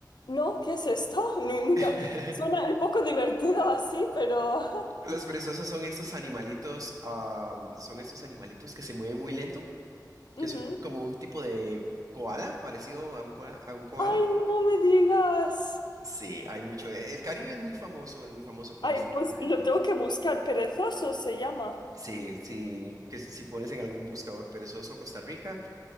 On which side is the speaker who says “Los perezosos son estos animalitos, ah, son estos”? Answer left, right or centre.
Right